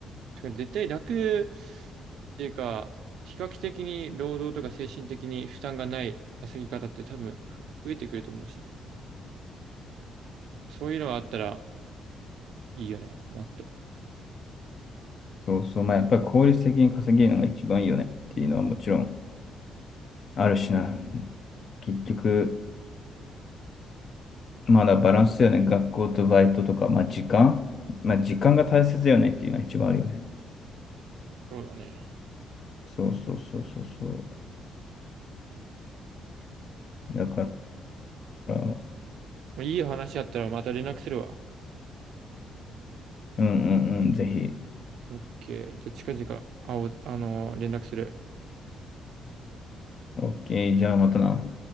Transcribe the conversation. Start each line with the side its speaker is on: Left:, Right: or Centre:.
Right: てか絶対楽っていうか、比較的に労働とか精神的に負担がない稼ぎ方って多分ふ増えてくると思うしね。そういうのがあったらいいよね。もっと。
Left: そうそう。まあ、やっぱり効率的に稼げるのが一番いいよねっていうのはもちろん。あるしな。結局、まだバランスだよね。学校とバイトとか、まあ時間。まあ時間が大切だよねっていうのは一番あるよね。
Right: そうだね。
Left: そうそうそうそうそう。だから、
Right: まあ、いい話あったらまた連絡するわ。
Left: うんうんうん、ぜひ。
Right: オッケー。じゃあ近々、あお、あのー連絡する。
Left: OK、じゃあまたな。